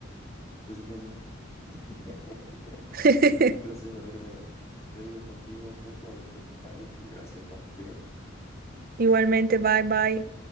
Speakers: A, on the left; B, on the right.
A: Pues bueno, <laughs>
B: <laughs>
A: un placer haberme reído contigo un poco, haber platicado y pues gracias, va, cuídate.
B: Igualmente, bye, bye.